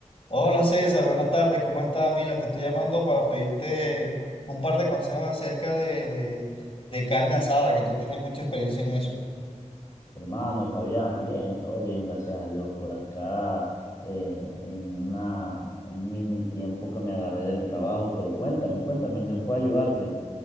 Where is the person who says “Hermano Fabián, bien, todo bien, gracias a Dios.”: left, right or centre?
Left